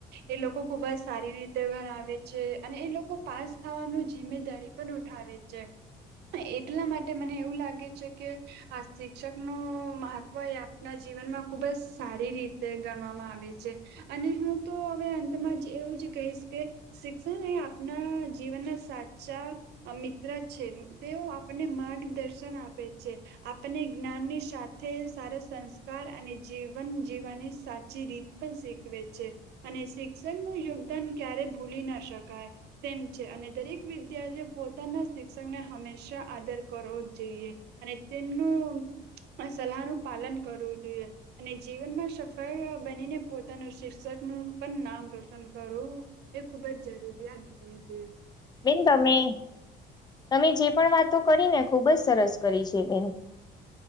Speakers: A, on the right; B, on the left.
A: એ લોકો ખુબજ સારી રીતે બનાવે છે અને એ લોકો પાસ થવાનું જિમ્મેદારી પણ ઉઠાવે છે. એટલા માટે મને એવું લાગે છે કે આ શિક્ષકનો મહત્વ એ આપના જીવનમાં ખુબજ સારી રીતે ગણવામાં આવે છે. અને હું તો હવે અંતમાં જ એવું જ કહીશ કે શિક્ષણ એ આપના જીવનના સાચા અહ મિત્ર છે, તેઓ આપણને માર્ગદર્શન આપે છે. આપણને જ્ઞાનની સાથ તે સારા સંસ્કાર અને જીવન જીવવાની સાચી રીત પણ શીખવે છે. અને શિક્ષણ નું યોગદાન ક્યારે ભૂલી ના શકાય. તેમ છે અને દરેક વિદ્યાર્થી પોતાના શિક્ષણને હંમેશા આદર કરવો જ જોઈએ. અને તેમનું આ સલાહ નું પાલન કરવું જોઈએ. અને જીવનમાં સફળ બનીને પોતાનું શિક્ષક નું પણ નામ રોશન કરું. એ ખુબજ જરૂરિયાત બની છે.
B: બેન તમે, તમે જે પણ વાતો કરીને ખુબજ સરસ કરી છે, બેન.